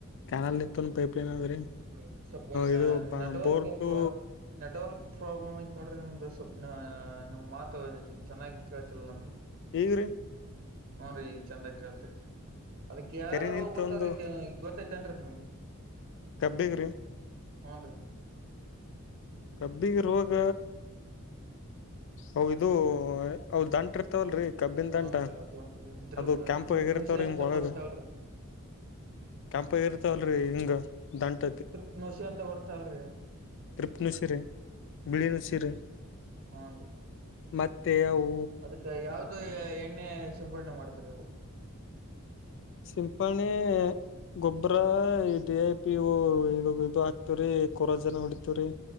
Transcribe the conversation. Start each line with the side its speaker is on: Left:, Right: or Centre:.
Left: ಕೆನಾಲ್ನಿಂತ ಪೈಪ್ಲೈನ್ ಅದರಿ
Right: ಹೂನ್ರಿ ಸ್ವಲ್ಪ
Left: ಇದು
Right: ನೆಟ್ವರ್ಕ್
Left: ಬೋರ್ಟು
Right: ನೆಟ್ವರ್ಕ್ ಪ್ರಾಬ್ಲಮ್ ಐತ್ ನೋಡ್ರಿ ನಿಮ್ದು ಸ್ವಪ್ ಅ ನಿಮ್ ಮಾತು ಚೆನ್ನಾಗಿ ಕೇಳ್ತಿಲ್ಲ ನಮಗೆ
Left: ಈಗ್ರಿ
Right: ಹ್ಮು ರಿ ಈಗ ಚಂದ ಕೇಳತೈತಿ ಅದಕ್ಕ್ ಯಾವ
Left: ಕೆರೆ ನಿಂತ
Right: ರೋಗ ಬರ್ತಾವರಿ
Left: ಒಂದು
Right: ಗೊತ್ತಯಿತೇನ್ರೀ ನಿಮ್ಗ್
Left: ಕಬ್ಬಿಗ್ ರಿ
Right: ಹ್ಮನ ರಿ
Left: ಕಬ್ಬಿಗ ರೋಗ ಅವ ಇದು ಅವು ದಂಟ ಇರ್ತಾವಲ್ರಿ ಕಬ್ಬಿನ
Right: ಹೂನ್ರೀ
Left: ದಂಟ
Right: ಅದೊಂದು ದೃ
Left: ಅದು ಕೆಂಪಗ
Right: ತೃಪ್ನಷಿ
Left: ಆಗಿರ್ತಾವ್ರಿ
Right: ಅಂತ
Left: ಒಳಗ
Right: ಬರ್ತಾಳ್ರಿ
Left: ಕೆಂಪಗ ಇರ್ತಾವಲ್ರಿ ಹಿಂಗ ದಂಟ
Right: ತ್ರ ನುಷಿ ಅಂತ ಬರ್ತಾವಲ್ರಿ
Left: ತ್ರಿಪ್ ನುಸಿರಿ ಬಿಳಿ ನುಸಿರಿ
Right: ಹ್ಮುನ್ ರಿ
Left: ಮತ್ತೆ ಅವು
Right: ಕ್ಕ್ ಯಾವ್ದು ಎಣ್ಣೆ ಸಿಂಪಣೆ ಮಾಡ್ತೀರ ಅದಕ್ಕ್
Left: ಸಿಂಪಣೆ ಗೊಬ್ಬರಾ ಡಿಐಪಿ ಇವು ಇದು ಹಾಕ್ತಿವ್ರಿ ಕೊರೋಸೆನ್ ಹೊಡಿತಿವ್ರಿ